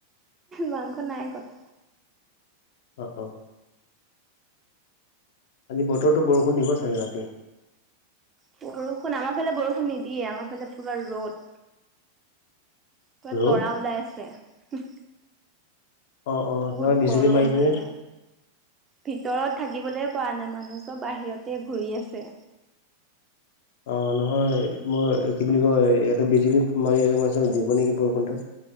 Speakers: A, on the right; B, on the left.
A: মাংস নাই কতা
B: অ অ আজি বতৰটো বৰষুণ দিব চাগে ৰাতি
A: বৰষুণ আমাৰ ফালে বৰষুণ নিদিয়ে আমাৰ ফালে পোৰা ৰ'দ পোৰা
B: ৰ'দ
A: তৰা ওলাই আছে
B: অ অ
A: বহুত
B: নহয় বিজুলী
A: গৰম
B: মাৰিছে
A: মানে
B: যে
A: ভিতৰত থাকি থাকিবলৈ পৰা নাই মানুহ চব বাহিৰতে ঘুৰি আছে
B: অ নহয় মই কি বুলি কয় ইয়াতে বিজুলী মাৰি আছে মই ভাবিছো দিব নেকি বৰষুণটো